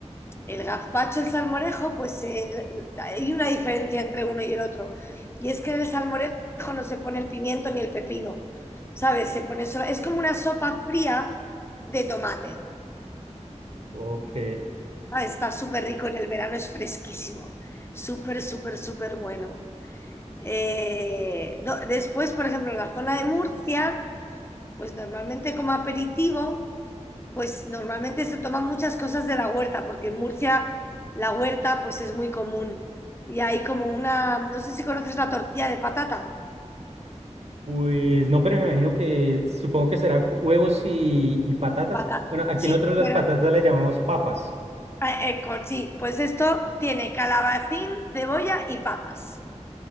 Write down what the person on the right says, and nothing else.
ok.
Pues no, pero me imagino que supongo que será co- huevos y, y patatas.
Bueno, aquí
nosotros las
patatas las llamamos papas.